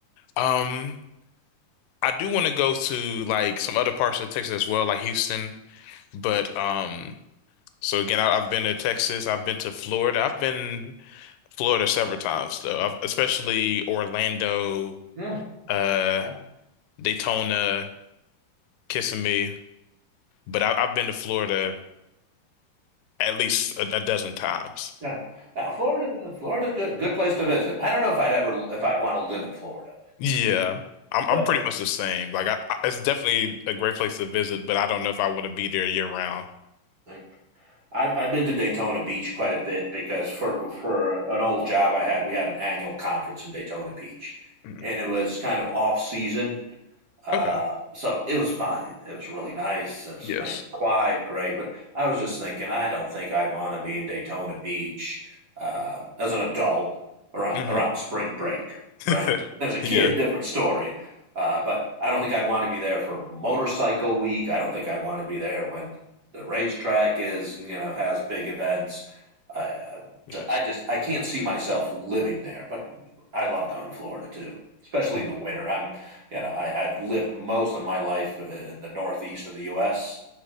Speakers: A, on the left; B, on the right.
A: um. I do want to go to like some other parts of Texas as well, like Houston. But um, so again, I, I've been to Texas, I've been to Florida, I've been Florida several times though, I've, especially Orlando,
B: Hmm.
A: uh,
B: Okay.
A: Daytona, Kissimmee. But I, I've been to Florida at least a, a dozen times.
B: Yeah. Now Florida, Florida's a good, good place to visit. I don't know if I'd ever if I'd want to live in Florida,
A: Yeah, I'm
B: but
A: I'm pretty much the same. Like I, I, it's definitely a great place to visit, but I don't know if I want to be there year round. <laughs>
B: like, I've I've been to Daytona Beach quite a bit because for for an old job I had, we had an annual conference in Daytona Beach,
A: Mm,
B: and it was kind of off season Uh,
A: Okay.
B: so it was fine. It was really nice. It was
A: Yes.
B: nice and quiet, great. But I was just thinking, I don't think I'd want to be in Daytona Beach uh, as an adult around
A: hmm
B: around spring break,
A: <laughs>
B: right? As a kid,
A: Yeah.
B: different story. Uh, but I don't think I'd want to be there for motorcycle week. I don't think I'd want to be there when the racetrack is, you know, has big events. I, uh,
A: Yes.
B: I just I can't see myself living there. But I love going to Florida too, especially
A: Mm,
B: in the winter. I'm you know, I, I've lived most of my life in the northeast of the U.S.